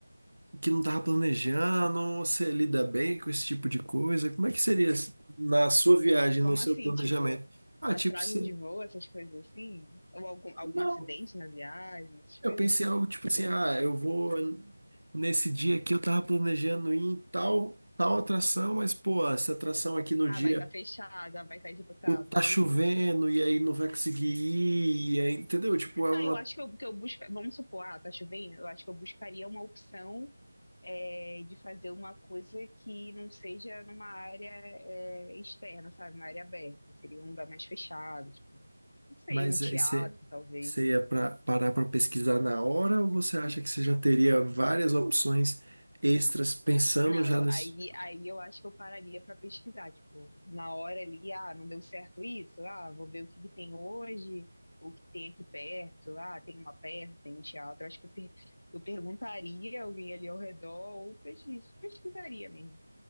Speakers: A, on the right (about 80°); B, on the left (about 60°).
A: que não estava planejando, ou você lida bem com esse tipo de coisa? Como é que seria na sua viagem,
B: Como
A: no seu
B: assim?
A: planejamento?
B: Tipo,
A: Ah,
B: atraso
A: tipo, você.
B: de voo, essas coisas assim? Ou algum, algum
A: Não.
B: acidente na viagem, essas coisas?
A: Eu pensei algo tipo assim, ah, eu vou nesse dia aqui eu tava planejando ir em tal tal atração, mas pô, essa atração aqui no
B: Ah,
A: dia
B: vai estar fechado, ah, vai estar disputado
A: o tá
B: é
A: chovendo
B: isso?
A: e aí não vai conseguir ir, e aí, entendeu? Tipo, é
B: Ah,
A: uma,
B: eu acho que eu, que eu busca... Vamos supor, ah, tá chovendo? Eu acho que eu buscaria uma opção é, de fazer uma coisa que não seja numa área é, externa, sabe? Uma área aberta. Seria um lugar mais fechado, tipo, não sei,
A: mas
B: um teatro,
A: aí você
B: talvez.
A: você ia pra, parar para pesquisar na hora ou você acha que você já teria várias opções extras pensando
B: Não,
A: já
B: eu-
A: nesse
B: aí, aí eu acho que eu pararia para pesquisar, tipo, na hora ali, ah, não deu certo isso, ah, vou ver o que que tem hoje, o que tem aqui perto, ah, tem uma peça, tem um teatro, acho que eu, per- eu perguntaria a alguém ali ao redor ou pesquis- pesquisaria mesmo.